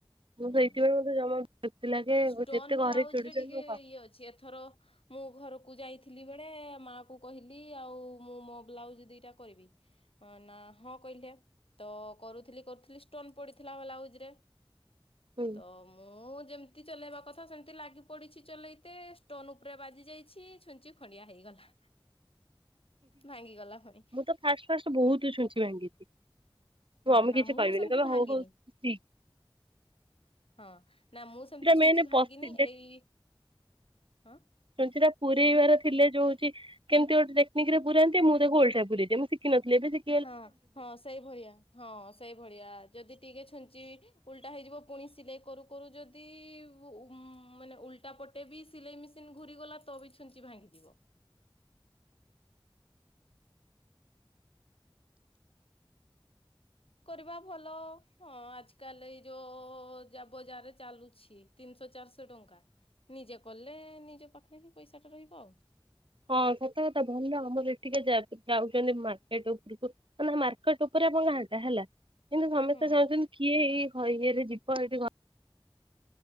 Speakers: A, on the left; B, on the right.
A: ହୁଁ
B: ସେଥିପାଇଁ ମୋତେ ଜମା ଶାନ୍ତି ଲାଗେ।
A: ଷ୍ଟୋନ୍
B: ଯେତେ ଘରେ
A: ବ୍ଲାଉଜ୍
B: ଚିଡୁଛନ୍ତି
A: ରେ ଟିକେ
B: ମୁଁ କରେ।
A: ଇଏ ଅଛି ଏଥର ମୁଁ ଘରକୁ ଯାଇଥିଲି ବେଳେ ମାଆ କୁ କହିଲି ଆଉ ମୁଁ ମୋ ବ୍ଲାଉଜ ଦିଇଟା କରିବି। ହଁ ନା ହଁ କହିଲେ। ତ କରୁଥିଲି କରୁଥିଲି ଷ୍ଟୋନ୍ ପଡିଥିଲା ବ୍ଲାଉଜ ରେ।
B: ହୁଁ
A: ତ ମୁଁ ଯେମ ତି ଚଲେଇବା କଥା ସେମିତି ଲାଗି ପଡିଛି ଚଲେଇତେ ଷ୍ଟୋନ୍ ଉପରେ ବାଜି ଯାଇଛି ଛୁଞ୍ଚି ଖଣ୍ଡିଆ ହେଇଗଲା। ଭାଙ୍ଗିଗଲା ଫୁଣି।
B: ମୁଁ ତ ଫାଷ୍ଟ ଫାଷ୍ଟ ବହୁତୁ ଛୁଞ୍ଚି ଭାଙ୍ଗିଚି।
A: ହଁ
B: ମୋ ମମି
A: ନା
B: କିଛି
A: ମୁଁ
B: କହିବେନି
A: ସେମିତି ଭାଙ୍ଗିନି
B: ହଉ ହଉ ଶିଖ୍।
A: ହଁ ନା ମୁଁ ସେମତି ଛୁଞ୍ଚି
B: ମେନ
A: ଭାଙ୍ଗିନି
B: ପଶି
A: ଏଇ, ହଁ।
B: ଛୁଞ୍ଚି ପୁରେଇବାର ଥିଲେ ଯୋଉ ହଉଚି କେମିତି ଗୋଟେ ଟେକ୍ନିକ୍ ରେ ପୁରାନ୍ତି ମୁଁ ତାକୁ ଓଲଟା ପୁରେଇଦିଏ, ମୁଁ ଶିଖିନଥିଲି ଏବେ ଶିଖି
A: ହଁ ହଁ ସେଇ ଭଳିଆ ହଁ ସେଇଭଳିଆ ଯଦି ଟିକେ ଛୁଞ୍ଚି ଓଲଟା ହେଇଯିବ ପୁଣି ସିଲେଇ କରୁ କରୁ ଯଦି ଉ ମାନେ ଉଲଟା ପ ଟେ ବି ସିଲେଇ ମେସିନ୍ ଘୁରିଗଲା ତ ବି ଛୁଞ୍ଚି ଭାଙ୍ଗିଯିବ। କରିବା ଭଲ ହଁ ଆଜ କାଲି ଏଇ ଯୋଉ ଯା ବଜାରରେ ଚାଲୁଛି। ତିନିଶହ ଚାରିଶହ ଟଙ୍କା ନିଜେ କଲେ ନିଜ ପାଖରେ ହି ପଇସାଟା ରହିବ ଆଉ।
B: ହଁ ସତ କଥା ଭଲ ଆମର ଏଠିକେ ଯା ଯାଉଛନ୍ତି ମାର୍କେଟ ଉପରକୁ। ଅନା ମାର୍କେଟ୍ ଉପରେ ଆପଣ ଗାଁ ଟା ହେଲା। କିନ୍ତୁ ସମସ୍ତେ
A: ହୁଁ
B: ଚାହୁଁଛନ୍ତି କିଏ ଏଇ ହ ଇଏରେ ଯିବ ଏଇଠି ଘ